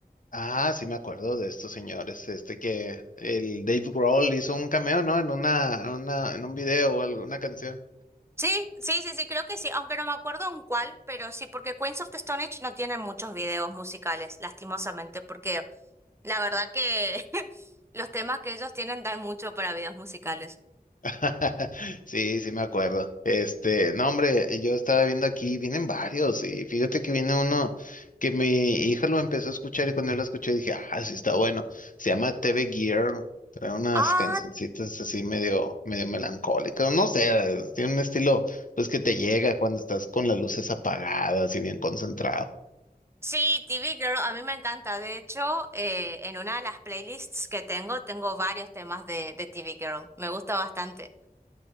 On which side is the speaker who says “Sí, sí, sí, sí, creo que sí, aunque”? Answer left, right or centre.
Right